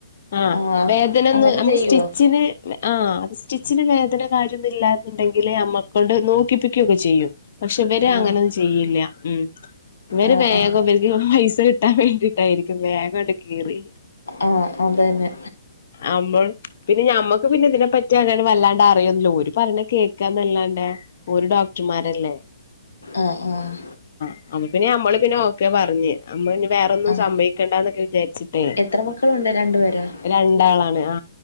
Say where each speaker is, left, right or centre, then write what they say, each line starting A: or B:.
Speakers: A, on the left; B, on the left.
A: ആ
B: ആഹ്
A: വേദന ഒന്ന്
B: അങ്ങനെ
A: നമുക്ക്
B: ചെയ്യുവോ
A: സ്റ്റിച്ചിന് ആ അത് സ്റ്റിച്ചിന് വേദന കാര്യ ഒന്നും ഇല്ല എന്നുണ്ടെങ്കില് നമ്മെക്കൊണ്ട് നോക്കിപ്പിക്കുക്കെ ചെയ്യും. പക്ഷെ ഇവര്
B: ആഹ്
A: അങ്ങനൊന്നും ചെയ്യില്ല ഉം ഇവര്
B: ആഹ്
A: വേഗം
B: ആഹ്
A: വിൽ പൈസ കിട്ടാൻ വേണ്ടിട്ടായിരിക്കും വേഗംണ്ട് കീറി
B: ആഹ് അത് തന്നെ
A: ആ മോൾ പിന്നെ നമ്മക്ക് പിന്നെ ഇതിനെപ്പറ്റി അങ്ങനെ വല്ലാണ്ട് അറിയന്നല്ലോ ഒരു പറഞ്ഞ കേൾക്കാന്നല്ലാണ്ട് ഒരു ഡോക്ടർമാരല്ലേ.
B: ആഹ് ആഹ്
A: അപ്പം പിന്നെ നമ്മള് പിന്നെ ഓക്കെ പറഞ്ഞ്. നമ്മൾ നി വേറൊന്നും
B: ആഹ്
A: സംഭവിക്കണ്ട എന്നൊക്കെ വിചാരിച്ചിട്ടേ.
B: എത്ര മക്കളുണ്ട് രണ്ടു പേരോ
A: രണ്ടാളാണ് ആ